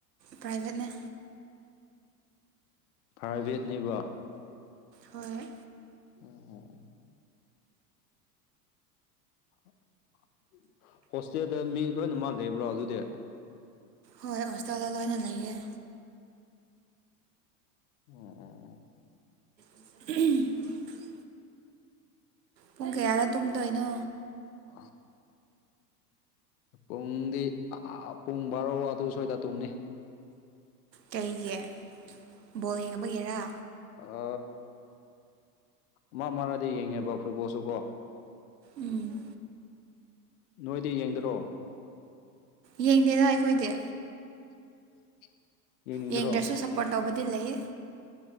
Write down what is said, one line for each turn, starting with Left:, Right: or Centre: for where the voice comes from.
Right: ꯄ꯭ꯔꯥꯏꯚꯦꯠꯅꯦ
Left: ꯄ꯭ꯔꯥꯏꯚꯦꯠꯅꯦꯕ
Right: ꯍꯣꯏ
Left: ꯑꯣ <inaudible> ꯍꯣꯁꯇꯦꯜꯗ ꯃꯤ ꯂꯣꯏꯅꯃꯛ ꯂꯩꯕ꯭ꯔꯣ ꯑꯗꯨꯗꯤ
Right: ꯍꯣꯏ ꯍꯣꯁꯇꯦꯜꯗ ꯂꯣꯏꯅ ꯂꯩꯌꯦ
Left: ꯑꯣ ꯑꯣ
Right: <inaudible> ꯄꯨꯡ ꯀꯌꯥꯗ ꯇꯨꯝꯗꯣꯏꯅꯣ
Left: ꯑ ꯄꯨꯡꯗꯤ ꯑ ꯄꯨꯡ ꯕꯥꯔꯣ ꯑꯗꯨ ꯁ꯭ꯣꯏꯗ ꯇꯨꯝꯅꯤ
Right: ꯀꯩꯒꯤ ꯕꯣꯜ ꯌꯦꯡꯕꯒꯦꯔꯥ
Left: ꯑ ꯃꯥ ꯃꯥꯗꯤ ꯌꯦꯡꯉꯦꯕ ꯐꯨꯠꯕꯣꯜꯁꯨꯀꯣ
Right: ꯎꯝ
Left: ꯅꯣꯏꯗꯤ ꯌꯦꯡꯗ꯭ꯔꯣ
Right: ꯌꯦꯡꯗꯦꯗ ꯑꯩꯈꯣꯏꯗꯤ
Left: <inaudible> ꯌꯦꯡꯅꯤꯡꯗ꯭ꯔꯣ
Right: ꯌꯦꯡꯗ꯭ꯔꯁꯨ ꯁꯞꯄꯣꯔꯠ ꯇꯧꯕꯗꯤ ꯂꯩꯌꯦ